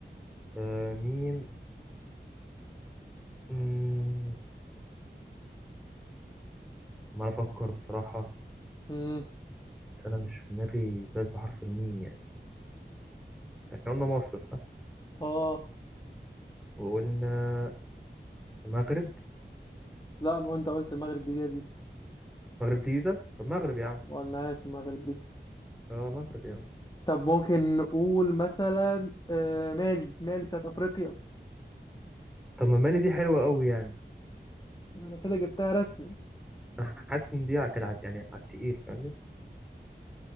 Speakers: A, in the centre; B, on the left (about 20°).
A: آم، ميم مم، عمال أفكر بصراحة
B: مم.
A: بس أنا مش في دماغي بلد بحرف الميم يعني إحنا قلنا مصر صح
B: اه
A: وقلنا المغرب
B: لا ما انت قلت المغرب الجديده دي
A: المغرب دي ده طب المغرب يا عم
B: ما قلناهاش المغرب دي
A: اه مغرب يعني
B: طب ممكن نقول مثلا آه، مالي مالي بتاعت افريقيا
A: طب ما مالي دي حلوة قوي يعني
B: انا كده جبتها رسمي
A: انا حاسس ان دي ع- كانت ع- يعني على التقيل فاهمني